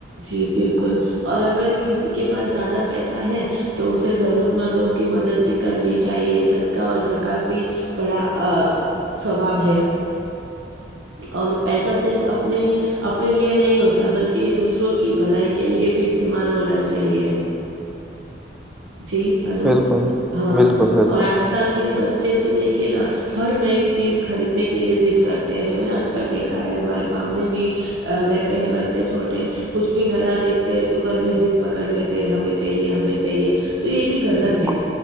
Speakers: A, on the right; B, in the centre.
A: جی بالکل اور اگر کسی کے پاس زیادہ پیسہ ہے تو اسے ضرورت مندوں کی مدد بھی کرنی چاہیے صدقہ اور زکوته بھی بڑا ثواب ہے اور پیسہ صرف اپنے اپنے لیے نہیں ہوتا بلکہ دوسروں کی بھلائی کے لیے بھی استعمال ہونا چاہیے جی ہلو
B: بالکل
A: ہاں
B: بالکل بالکل
A: اور آج کل کے بچے تو دیکھئے نا ہر نئی چیز خریدنے کے لیے ضد کرتے ہیں میں نے اکثر دیکھا ہے ہمارے سامنے بھی رہتے ہیں بچے چھوٹے کچھ بھی نیا دیکھتے ہیں تو گھر میں ضد پکڑ لیتے ہیں ہمیں چاہیے ہمیں چاہیے تو یہ بھی غلط
B: بالکل بالکل
A: ہے